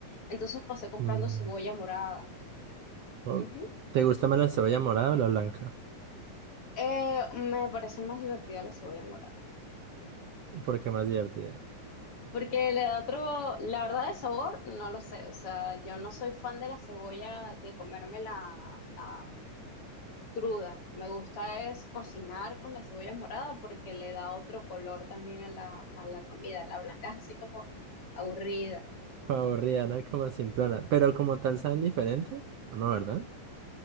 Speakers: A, on the left; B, on the right.
A: Entonces pasé comprando
B: Mm,
A: cebolla morada.
B: o-
A: Ujú.
B: ¿Te gusta más la cebolla morada o la blanca?
A: Eh, me parece más divertida la cebolla morada.
B: Porque más divertida.
A: Porque le da otro, la verdad de sabor, no lo sé. O sea, yo no soy fan de la cebolla, de comérmela ah, cruda. Me gusta es cocinar con la cebolla morada porque le da otro color también a la, a la comida. La blanca es así como aburrida.
B: Aburrida, ¿no? Como simplona. Pero como tal saben diferente. No, ¿verdad?